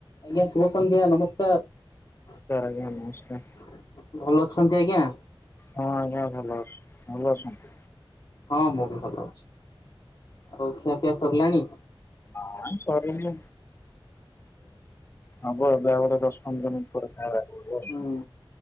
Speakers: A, on the left (about 45°); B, on the left (about 25°).
A: ଆଜ୍ଞା ଶୁଭ ସନ୍ଧ୍ୟା ନମସ୍କାର
B: ଆଜ୍ଞା ନମସ୍କାର
A: ଭଲ ଅଛନ୍ତି ଆଜ୍ଞା।
B: ହଁ ଯା ଭଲ। ଭଲ ଅଛନ୍ତି
A: ହଁ ମୁଁ ବି ଭଲ ଅଛି ଆଉ ଖିଆପିଆ ସରିଲାଣି?
B: ଆ ସରିନି ଆବ ବ ଦଶ ପନ୍ଦର ମିନିଟ ପରେ ଖାଇବା <unintelligible>
A: ହୁଁ